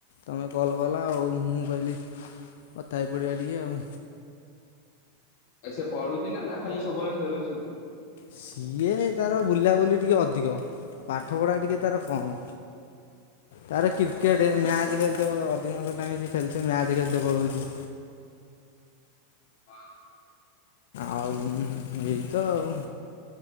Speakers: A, on the left; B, on the left.
A: ତମେ କଲ କଲ ଆଉ। ମୁଁ କହିଲି କଥା ହେଇ ପଡିବା ଟିକେ ଆଉ।
B: ଆ ସେ ପଢୁଛି ନା ନା ଖାଲି ସବୁବେଳେ ଖେଳୁଛି।
A: ସିଏ ତାର ବୁଲାବୁଲି ଟିକେ ଅଧିକ। ପାଠପଢ଼ା ଟିକେ ତାର କମ୍। ତାର କ୍ରିକେଟ ମ୍ୟାଚ ଖେଳୁଥିବ ଅଧିକାଂଶ ଟାଇମ ସେ ଖେଳୁଥିବ ମ୍ୟାଚ ଖେଳୁଥିବ।
B: ଓହୋ।
A: ଆଉ ଏଇ ତ ଆଉ।